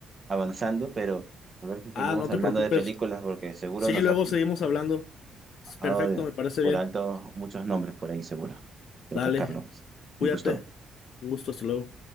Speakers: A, on the right (about 35°); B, on the left (about 65°).
A: avanzando, pero a ver si seguimos
B: Ah, no
A: hablando
B: te preocupes.
A: de películas porque seguro
B: Sí,
A: nos
B: luego
A: ha,
B: seguimos hablando.
A: pasado
B: Es Perfecto,
A: de-
B: me parece
A: por
B: bien.
A: alto muchos nombres por ahí, seguro. Ya
B: Dale,
A: pues, Carlos,
B: cuídate.
A: un gusto.
B: Un gusto, hasta luego.